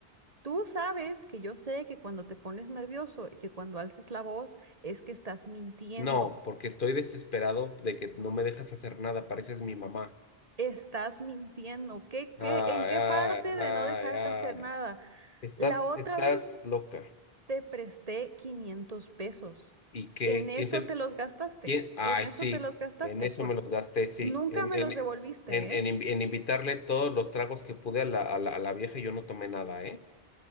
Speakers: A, on the right; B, on the left.
A: Tú sabes que yo sé que cuando te pones nervioso y que cuando alzas la voz es que estás mintiendo.
B: No, porque estoy desesperado de que no me dejas hacer nada, pareces mi mamá.
A: Estás mintiendo. ¿Qué, qué,
B: Ay,
A: en qué
B: ay,
A: parte de
B: ay,
A: no dejarte
B: ay.
A: hacer nada?
B: Estás,
A: La otra
B: estás
A: vez
B: loca.
A: te presté 500 pesos.
B: ¿Y qué?
A: En eso
B: ¿Quién te,
A: te los gastaste.
B: quién? Ay,
A: En eso
B: sí,
A: te los gastaste.
B: en eso me los gasté, sí.
A: Nunca
B: En,
A: me
B: en,
A: los devolviste,
B: en, en,
A: ¿eh?
B: inv- en invitarle todos los tragos que pude a la, a la, a la vieja y yo no tomé nada, ¿eh?